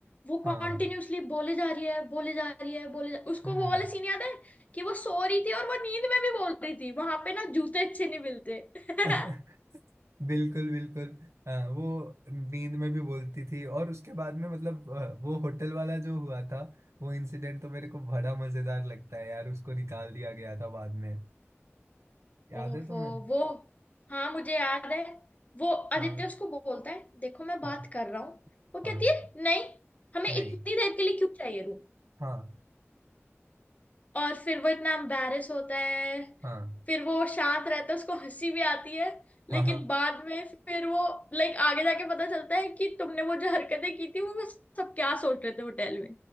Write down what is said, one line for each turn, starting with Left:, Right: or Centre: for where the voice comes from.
Left: वो
Right: हाँ
Left: कॉन्टिन्यूसली बोले जा रही है बोले जा रही है बोले जा... उसको
Right: हम्म
Left: वो वाला सीन याद है कि वो सो रही थी और वो नींद में भी बोल रही थी वहां पे ना जूते अच्छे नहीं मिलते <laughs>
Right: <laughs> बिल्कुल बिल्कुल हाँ, वो नींद में भी बोलती थी और उसके बाद में मतलब अ, वो होटल वाला जो हुआ था वो इंसिडेंट तो मेरे को बड़ा मजेदार लगता है यार उसको निकाल दिया गया था बाद में याद
Left: ओफो
Right: है तुम्हें
Left: वो हाँ मुझे याद है वो आदित्य
Right: हाँ
Left: उसको बोलता है देखो मैं बात
Right: हाँ
Left: कर रहा हूँ वो कहती
Right: हाँ
Left: है नहीं हमें
Right: नहीं
Left: इतनी देर के लिए क्यों चाहिए रूम
Right: हाँ
Left: और फिर वो इतना एम्बैरेस होता है
Right: हाँ
Left: फिर वो शांत रहता है उसको हंसी भी आती है
Right: हाँ
Left: लेकिन
Right: हाँ
Left: बाद में फिर वो लाइक आगे जाके पता चलता है कि तुमने वो जो हरकतें की थी वो वो सब क्या सोच रहे थे होटल में